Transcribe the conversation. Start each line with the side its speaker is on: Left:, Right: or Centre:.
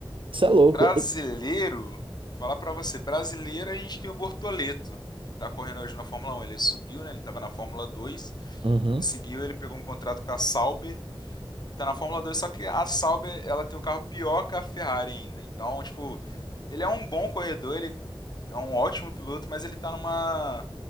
Right: isso é louco.
Left: Brasileiro, falar pra você, brasileiro a gente tem o Bortoleto, que tá correndo hoje na Fórmula 1. Ele subiu, né? Ele tava na Fórmula 2,
Right: Uhum,
Left: conseguiu, ele pegou um contrato com a Sauber e tá na Fórmula 2, só que a Sauber, ela tem o carro pior que a Ferrari ainda. Então, tipo, ele é um bom corredor, ele é um ótimo piloto, mas ele tá numa